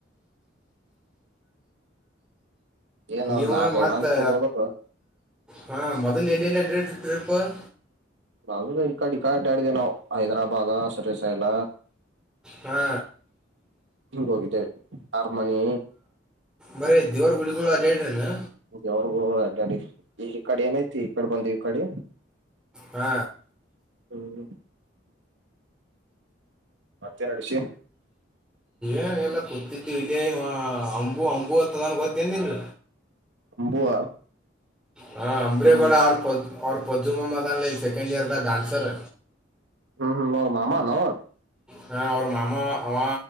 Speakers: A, on the right (about 75°); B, in the centre.
A: ಏನ್
B: ನೀವು
A: ಒಂದ್ ನಾಕೈದ್
B: ಮತ್ತು
A: ಮಂದಿ ಕೊಟ್ಟ ಹೋಗರು
B: ಹಾಂ ಮೊದಲ ಎನನು ಡೇ ಟ್ರಿಪ್ಲ್
A: ನಾ ಈ ಕಡೆ ಈ ಆಟ ಆಡಿದ್ದೇವಿ ನಾವು ಹೈದರಾಬಾದ ಸರ ಸೈಲ
B: ಹಾ
A: ಹಂಗ ಹೋಗಿದ್ದ ಹರ್ಮನಿ
B: ಬರೇ ದೇವ್ರ ಗುಡಿಗಳು ಅಡ್ಡಾ ಹೇಳ್ರಿನು
A: ಅವ್ರಗೂ ಅಡಾಡಿ ಈ ಕಡೆ ಏನೈತಿ ಕಡೆ ಬಂದೀವಿ ಕಡೆ
B: ಹ್ಮ
A: ಹ್ಮ ಮತ್ತೇನ್ ನಡ್ಸಿ
B: ಏನ್ ಎಲ್ಲ ಕೂತಿದ್ದವಿ ಇಲ್ಲಿಯ ಅಂಬು ಅಂಬು ಅಂತ್ತದನ್ ಗೊತ್ತೇ ಏನ್ ನಿಂಗ
A: ಅಂಬುವ
B: ಹ ಅಂಬ್ರೇಗೌಡ
A: ಹ್ಮ್
B: ಅವ್ರ ಪ ಅವ್ರ ಪೊದ್ದುಮಾಮಾ ಅದಾನ್ಲ ಸೆಕೆಂಡ್ ಇಯರ್ ದ ಡಾನ್ಸ್ ಸರ್
A: ಹ್ಮ್ ಹ್ಮ್ ಅವ್ರ ಮಾಮಾ ನ
B: ಹ ಅವ್ರ ಮಾಮ ಅವ